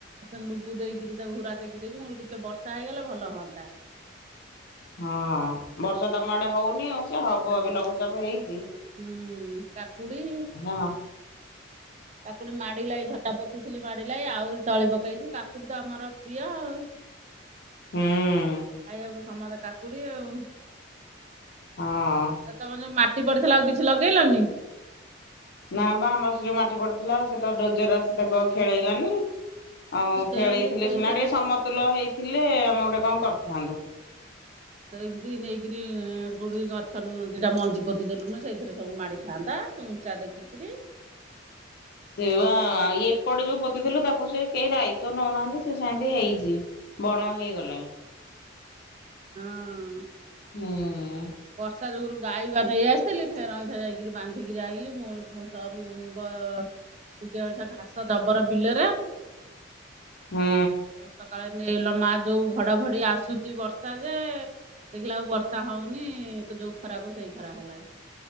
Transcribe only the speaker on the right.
ଲୁବୁ ଦେଇକିରି ତାକୁ ହୁଡ଼ା ଟେକି ଦେଇଛି ମୁ ଟିକେ ବର୍ <unintelligible> ଇଗଲେ ଭଲ ହୁଅନ୍ତା।
ହୁଁ
ହୁଁ କାକୁଡି
କାକୁଡି ମାଡି ଲାଇ ଝଟା ପୋତିଥିଲି ମାଡ଼ ଲାଇ ଆହୁରି ତଳି ପକେଇଛି କାକୁଡି ତ ଆମର ପ୍ରିୟ ଆଉ
ଖାଇବାକୁ ସମସ୍ତେ କାକୁଡି ଆଉ।
ତ ତମ ଯୋଉ ମାଟି ପଡିଥିଲା ଆଉ କିଛି ଲଗେଇଲନି?
ସେନ୍ତି
ସେଇଥେରେ
ତ ଏମିତି ନେଇକିରି କେଉଁଠି ଗଛ ଦୁଇଟା ମଞ୍ଜି ପୋତି ଦେଲୁନୁ ସେଇଥିରେ ସବୁ ମାଡ଼ିଥାଆନ୍ତା। ଉଞ୍ଚା ଟେକିକିରି।
ହଁ
ବର୍ଷା ଯୋଗୁରୁ ଗାଈ ନେଇ ଆସିଥିଲି ଫେରେ ଅଇଁଠା ଯାଇକି ବାନ୍ଧିକି ଆଇିଲି ମୁଁ ଗୋ- ସରୁ <unintelligible> ଟିକେଛ ଘାସ ଦଡବର ବିଲରେ
ତ ସକାଳେ ଲ ମା ଯୋଉ ଘଡଘଡି ଆସୁଛି ବର୍ଷା ଯେ ଦେଖିଲା ଆଉ ବର୍ଷା ହଉନି ନି ତ ଯୋଉ ଖରା କୁ ସେଇ ଖରା ହେଲା।